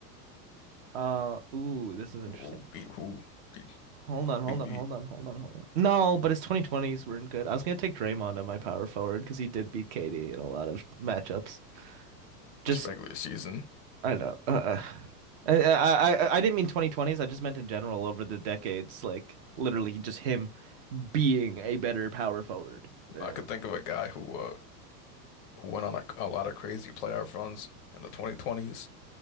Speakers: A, on the right; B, on the left.
A: uh ooh, this is interesting.
B: Who beat who? Beat who
A: Hold on, hold
B: we beat?
A: on, hold on, hold on, hold on. No, but his 2020s weren't good. I was gonna take Draymond on my power forward because he did beat KD in a lot of matchups. Just
B: That's regular season.
A: I don't know. Uh, uh. I, I I I didn't mean 2020s. I just meant in general over the decades, like literally just him being a better power forward. Uh,
B: I could think of a guy who uh who went on a, a lot of crazy playoff runs in the 2020s.